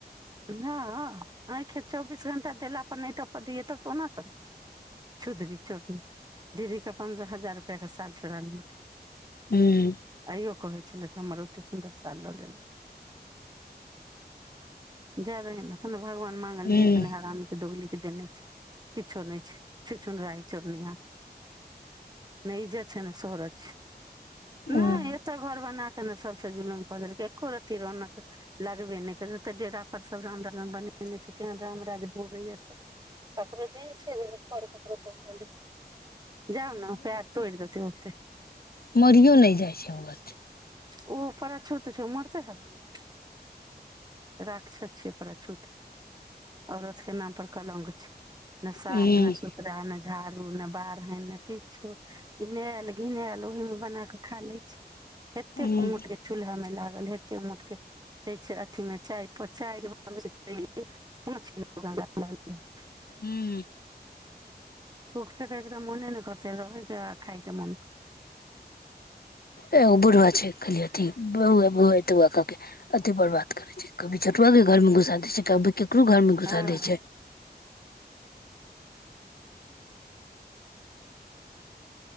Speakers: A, on the right (about 25°); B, on the left (about 60°).
A: हँ आँखि चौबीस घंटा देलापर नहि तऽ दिय तऽ कोना करैत छुधरीचोदी दीदीके पन्द्रह हजार रुपैआके साल चोड़ा लेलकै
B: हूँ
A: अइयो कहै छै हमर ओते सुंदर साल ल लेलक जादहि न तब ने भगवान माँंगल
B: हूँ
A: भीक नै हरामी के दोगलि देने छै किछो नहि छुछुनराही चोदी न नहि इजत छै ने सोहरत छै
B: हँ
A: नहि एतऽ घर बनाक कने सबस जुलुम कऽ देलकै एको रत्ति रौनक लागबे नहि कर तऽ डेरा पर सब राम राज बनेने छै केहन राम राज भोगैया सब <unintelligible> <unintelligible> जाउ ने पैर तोइड़ देतइ ओतै
B: मइरिओ नहि जाइ छैय ओ व
A: <unintelligible> राखछछ छै ओकरा छूत छैय औरत के नाम पर कलंक छैय नहि साफ
B: हूँ
A: नहि सुथरा न झाड़ ने बारहनि ने किछो इनायल घिनायल ओहिमे बना क खा लै छैय एत्तेक
B: हूँ
A: मोट के चूल्हा में लाग ल हेते मोटके <unintelligible> <unintelligible>
B: हूं
A: थूक फेेकैके तऽ मने ने करतै रहैके आ खायके मन कर
B: एगो बुढ़बा छैय कहलिय अथी बौआ बौआ तौआके अथी बर्बाद करैत छैय कभी छोटुआके घरमे घुसा दै छैय त कभी ककरो घरमे घुसा
A: हँ
B: दै छैय